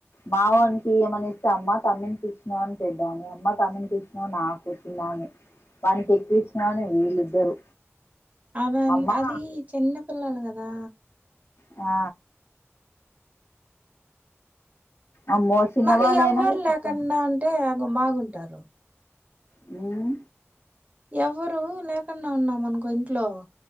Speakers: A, on the left; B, on the right.
A: మా వోనికి ఏమన్నా ఇస్తే అమ్మా తమ్మునికి ఇచ్చినవా అని పెద్దామే. అమ్మ తమ్మునికి ఇచ్చినవు నాకు చిన్నామే. వానికి ఎక్కువ ఇచ్చినా అని వీళ్ళిద్దరు.
B: అద
A: అమ్మా
B: అది చిన్నపిల్లలు కదా.
A: ఆ అమ్మో చిన్నవాళ్ళయినా
B: మళ్ళీ ఎవ్వరు
A: విచిత్రం
B: లేకుండా ఉంటే బాగుంటారు.
A: హ్
B: ఎవ్వరు లేకుండా ఉన్నాం అనుకో ఇంట్లో